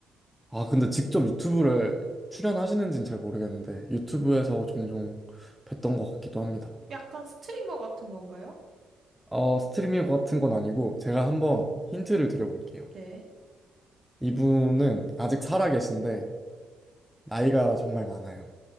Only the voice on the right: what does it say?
약간 스트리머 같은 건가요?
네.